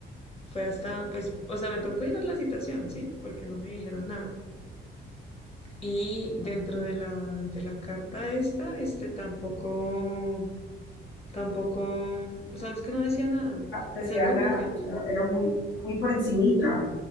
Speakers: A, on the left (about 30°); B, on the left (about 70°).
A: Fue hasta, pues, o sea, me tocó ir a la citación, ¿sí? Porque no me dijeron nada. Y dentro de la, de la carta esta, este tampoco, tampoco, o sea, es que no decía nada.
B: decía
A: Decía como
B: nada,
A: que
B: o sea, era muy, muy por encimita.